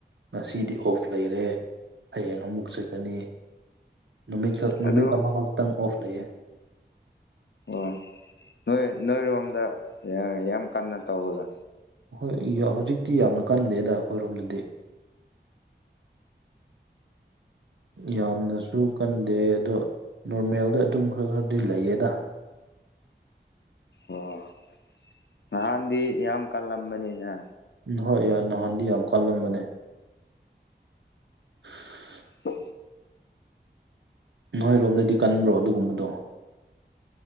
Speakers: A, on the right; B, on the left.
A: ꯉꯁꯤꯗꯤ ꯑꯣꯐ ꯂꯩꯔꯦ ꯍꯌꯦꯡ ꯑꯃꯨꯛ ꯆꯠꯀꯅꯤ ꯅꯨꯃꯤꯠꯈꯛ
B: ꯑꯗꯨ
A: ꯅꯨꯃꯤꯠ ꯑꯃꯈꯛꯇꯪ ꯑꯣꯐ ꯂꯩꯌꯦ
B: ꯑꯣ ꯅꯣꯏ ꯅꯣꯏꯔꯣꯝꯗ ꯌꯥꯝ ꯀꯟꯅ ꯇꯧꯕꯗ
A: ꯍꯣꯏ ꯍꯧꯖꯤꯛꯇꯤ ꯌꯥꯝꯅ ꯀꯜꯂꯦꯗ ꯑꯩꯈꯣꯏꯔꯣꯝꯗꯗꯤ ꯌꯥꯝꯅꯁꯨ ꯀꯟꯗꯦ ꯑꯗꯣ ꯅꯣꯔꯃꯦꯜꯗ ꯑꯗꯨꯝ ꯈꯔ ꯈꯔꯗꯤ ꯂꯩꯌꯦꯗ
B: ꯑꯣ ꯅꯍꯥꯟꯗꯤ ꯌꯥꯝ ꯀꯜꯂꯝꯕꯅꯤꯅ
A: ꯍꯣꯏ ꯅꯍꯥꯟꯗꯤ ꯌꯥꯝ ꯀꯜꯂꯝꯕꯅꯦ <unintelligible>
B: ꯍ
A: ꯅꯣꯏꯔꯣꯝꯗꯗꯤ ꯀꯟꯕ꯭ꯔꯣ ꯑꯗꯨꯒꯨꯝꯕꯗꯣ